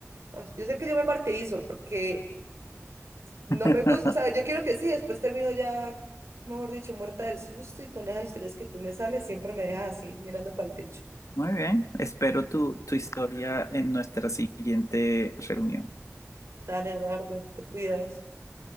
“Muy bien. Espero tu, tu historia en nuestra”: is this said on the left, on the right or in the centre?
Left